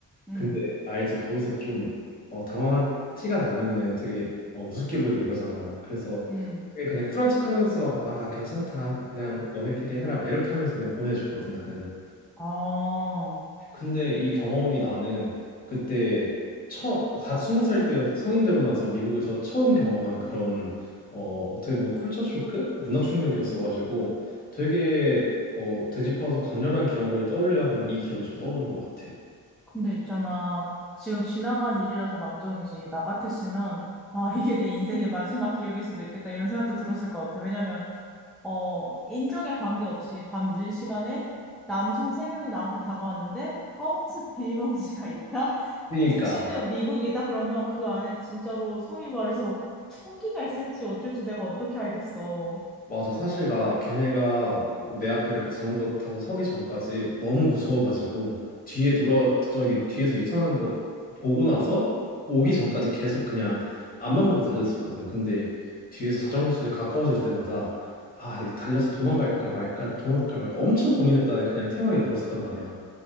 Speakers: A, in the centre; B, on the left.
A: 음,
B: 근데 알지 거기서 좀 어, 당황한 티가 나면은 되게 어, 우습게 보이고 이러잖아. 그래서
A: 음.
B: 되게 그냥 쿨한 척하면서 아, 나 괜찮다. 그냥 너네끼리 해라. 막 이렇게 하면서 그냥 보내줬거든 나는.
A: 어,
B: 근데 이 경험이 나는 그때 첫갓 스무 살 때 성인 되고 나서 미국에서 처음 경험한 그런 어 어떻게 보면 컬처 쇼크? 문화 충격이었어가지고 되게 어 되짚어서 강렬한 기억을 떠올려 하면 이 기억이 좀 떠오르는 것 같아.
A: 근데 있잖아. 지금 지나간 일이라서 망정이지. 나 같았으면, 아, 이게 내 인생의 마지막 기억일 수도 있겠다. 이런 생각도 들었을 것 같아. 왜냐면, 어, 인정에 관계없이 밤 늦은 시간에 남성 세명이 나한테 다가왔는데, 검은색 비닐봉지가 있다?
B: 그러니까
A: 지금 심지어 미국이다 그러면 그 안에 진짜로 소위 말해서 총기가 있을지 어쩔지 내가 어떻게 알겠어.
B: 맞아. 사실 나 걔네가 내 앞에 이렇게 자전거 타고 서기 전까지 너무 무서워가지고 뒤에 돌아 저기 뒤에서 유턴하는 거 보고 나서 오기 전까지 계속 그냥 앞만 보고 달렸었거든. 근데 뒤에서 자전거 소리 가까워질 때마다 아, 이 달려서 도망갈까 말까 도망갈까 말까 엄청 고민했다가 그냥 태연하게 걸었었단 말이야.